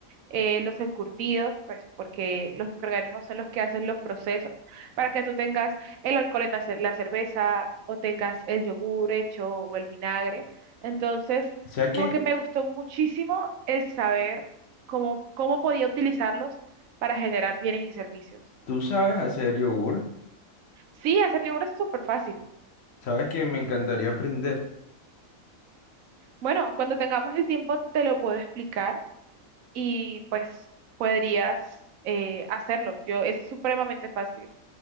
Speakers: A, on the right; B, on the left.
A: eh, los encurtidos, pues porque los microorganismos son los que hacen los procesos para que tú tengas el alcohol en la, ce- la cerveza o tengas el yogur hecho o el vinagre. Entonces,
B: O sea
A: como
B: que
A: que me gustó muchísimo el saber cómo, cómo podía utilizarlos para generar bienes y servicios.
B: tú sabes hacer yogur,
A: Sí, hacer yogur es súper fácil.
B: sabes que me encantaría aprender.
A: Bueno, cuando tengamos el tiempo te lo puedo explicar y pues podrías eh, hacerlo. Yo, es supremamente fácil.